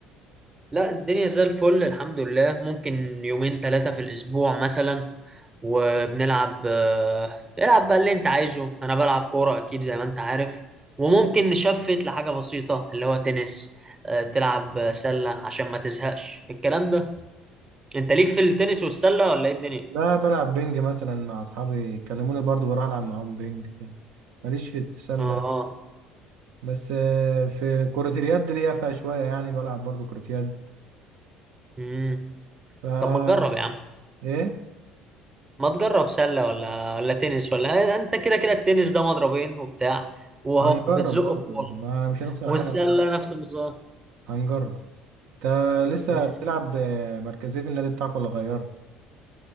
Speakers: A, on the right; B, on the right.
A: لا الدنيا زي الفل الحمد لله ممكن يومين ثلاثة في الأسبوع مثلا وبنلعب آه، العب بقى اللي أنت عايزه أنا بلعب كورة أكيد زي ما أنت عارف وممكن نشفت لحاجة بسيطة اللي هو تنس آه، تلعب سلة عشان ما تزهقش الكلام ده أنت ليك في التنس والسلة ولا إيه الدنيا؟
B: لا بلعب بينج مثلا مع اصحابي كلموني برضو بروح العب معاهم بينج كده ماليش في التسلة
A: آه
B: بس آه، في كرة اليد ليا فيها شوية يعني بلعب برضو كرة يد
A: امم
B: فا
A: طب ما تجرب يا عم
B: ايه
A: ما تجرب سلة ولا ولا تنس ولا أنت كده كده التنس ده مضربين وبتاع وأهو
B: هنجرب
A: بتزق
B: برضو
A: الكورة
B: ما مش هنخسر
A: والسلة
B: حاجة هنجرب
A: نفس النظام
B: هنجرب انت لسه
A: مم.
B: بتلعب آه، مركزية في النادي بتاعك ولا غيرت؟